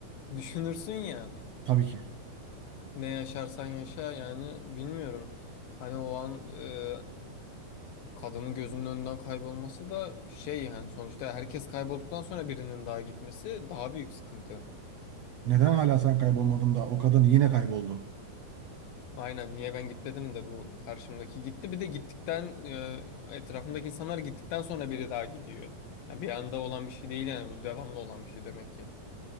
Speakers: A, on the left; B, on the right.
A: düşünürsün ya.
B: Tabii ki.
A: Ne yaşarsan yaşa yani bilmiyorum. Hani o an e, Kadının gözünün önünden kaybolması da şey yani sonuçta herkes kaybolduktan sonra birinin daha gitmesi daha büyük sıkıntı.
B: Neden hala sen kaybolmadın da o kadın yine kayboldu?
A: Aynen niye ben gitmedim de bu karşımdaki gitti bir de gittikten e, etrafımdaki insanlar gittikten sonra biri daha gidiyor. Yani bir anda olan bir şey değil yani bu devamlı olan bir şey demek ki.